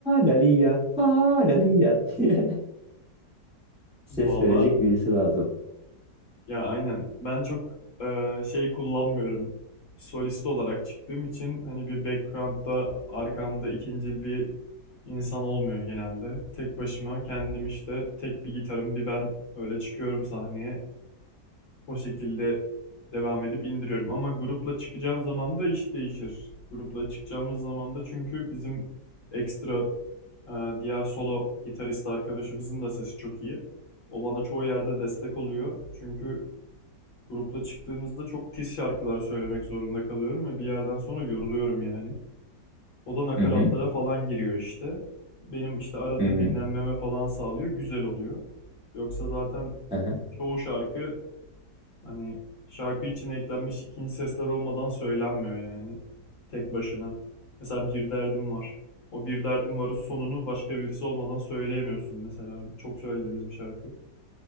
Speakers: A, in the centre; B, on the left.
A: laliya ha laliya <laughs> diye ses
B: Valla
A: verecek birisi lazım.
B: ya aynen. Ben çok e, şey kullanmıyorum. Solist olarak çıktığım için hani bir background'da arkamda ikincil bir insan olmuyor genelde. Tek başıma kendim işte tek bir gitarım bir ben öyle çıkıyorum sahneye. O şekilde devam edip indiriyorum. Ama grupla çıkacağım zaman da iş değişir. Grupla çıkacağımız zaman da çünkü bizim ekstra e, diğer solo gitarist arkadaşımızın da sesi çok iyi. O bana çoğu yerde destek oluyor. Çünkü grupla çıktığımızda çok tiz şarkılar söylemek zorunda kalıyorum ve bir yerden sonra yoruluyorum yani. O da nakaratlara
A: Hı hı
B: falan giriyor işte. Benim işte arada
A: hı hı.
B: dinlenmeme falan sağlıyor. Güzel oluyor. Yoksa zaten
A: aha.
B: çoğu şarkı Hani şarkı için eklenmiş ikinci sesler olmadan söylenmiyor yani. Tek başına. Mesela bir derdim var. O bir derdim varın sonunu başka birisi olmadan söyleyemiyorsun mesela. Çok söylediğimiz bir şarkı.